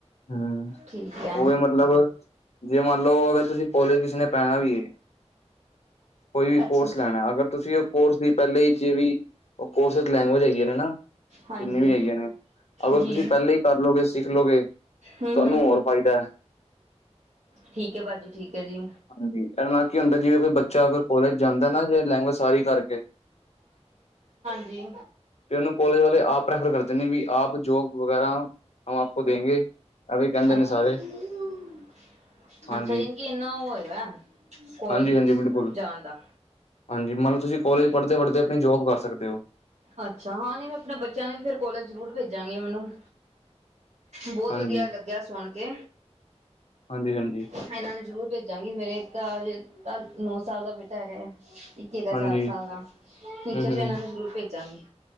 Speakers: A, on the left; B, on the right.
A: ਹੂੰ
B: ਠੀਕ ਹੈ
A: ਉਹ ਵੀ ਮਤਲਬ। ਜੇ ਮੰਨ ਲਓ, ਅਗਰ ਤੁਸੀਂ ਕਾਲਜ ਕਿਸੇ ਨੇ ਪੈਣਾ ਵੀ ਹੈ। ਕੋਈ ਵੀ
B: ਅੱਛਾ
A: ਕੋਰਸ ਲੈਣਾ, ਅਗਰ ਤੁਸੀਂ ਉਹ ਕੋਰਸ ਦੀ ਪਹਿਲੇ ਹੀ ਜੇ ਵੀ। ਉਸ ਵਿੱਚ ਲੈਂਗੁਏਜ ਹੈਗੀ ਹੈ ਨਾ।
B: ਹਾਂਜੀ
A: ਜਿੰਨਨੀ ਵੀ ਹੈਗੀਆਂ, ਨੇ ਅਗਰ
B: ਜੀ
A: ਤੁਸੀਂ ਪਹਿਲਾਂ ਹੀ ਕਰਲਓਗੇ, ਸਿੱਖ ਲਓਗੇ
B: ਹੂੰ
A: ਤੁਹਾਨੂੰ
B: ਹੂੰ
A: ਹੋਰ ਫ਼ਾਇਦਾ।
B: ਠੀਕ ਹੈ ਭਾਜੀ ਠੀਕ ਹੈ ਜੀ।
A: ਹਾਂਜੀ ਇਹਦੇ ਨਾਲ ਕੀ ਹੁੰਦਾ, ਜਿਵੇਂ ਕੋਈ ਬੱਚਾ ਅਗਰ ਕੋਲਜ ਜਾਂਦਾ ਨਾ ਜੇ ਲੈਂਗੁਏਜ ਸਾਰੀ ਕਰਕੇ
B: ਹਾਂਜੀ।
A: ਤੇ ਉਹਨੂੰ ਕੋਲਜ ਵਾਲੇ ਆਪ ਪ੍ਰੈਫਰ ਕਰਦੇ ਨੇ ਵੀ ਆਪ ਜੋਬ ਵਗੈਰਾ ਹੈ ਆਪ ਦੇਗੇ ਇਹ ਵੀ ਕਹਿੰਦੇ
B: ਅੱਛਾ।
A: ਨੇ ਸਾਰੇ ਹਾਂਜੀ।
B: ਅੱਛਾ ਯਾਨੀ ਇੰਨਾ ਉਹ ਹੈਗਾ। ਕੋਲਜ
A: ਹਾਂਜੀ-ਹਾਂਜੀ,
B: ਵਿੱਚ
A: ਬਿਲਕੁਲ
B: ਜਾਣ ਦਾ
A: ਹਾਂਜੀ ਮੰਨ ਲਓ, ਤੁਸੀਂ ਕੋਲੇਜ ਪੜ੍ਹਦੇ ਪੜ੍ਹਦੇ ਆਪਣੀ ਜੋਬ ਕਰ ਸਕਦੇ ਹੋ।
B: ਅੱਛਾ, ਹਾਂ ਨਹੀਂ ਮੈਂ ਆਪਣੇ ਬੱਚਿਆਂ ਨੂੰ ਵੀ ਫਰ ਕੋਲੇਜ ਜ਼ਰੂਰ ਭੇਜਾਂਗੀ ਮੈਨੂੰ। ਬਹੁਤ
A: ਹਾਂਜੀ
B: ਵਧੀਆ ਲੱਗਿਆ ਸੁਣ ਕੇ।
A: ਹਾਂਜੀ ਹਾਂਜੀ
B: ਇਹਨਾਂ ਨੂੰ ਜ਼ਰੂਰ ਭੇਜਾਂਗੀ, ਮੇਰੇ ਇੱਕ ਤਾਂਜੇ ਤਾਂ ਨੌ ਸਾਲ ਦਾ ਬੇਟਾ ਹੈਗਾ ਆ। ਇੱਕ ਦਾ ਚਾਰ
A: ਹਾਂਜੀ
B: ਸਾਲ ਦਾ ਫਿਊਚਰ
A: ਹਮ
B: ਤੇ
A: ਹਮ
B: ਇਹਨਾਂ ਨੇ ਜ਼ਰੂਰ ਭੇਜਾਂਗੀ।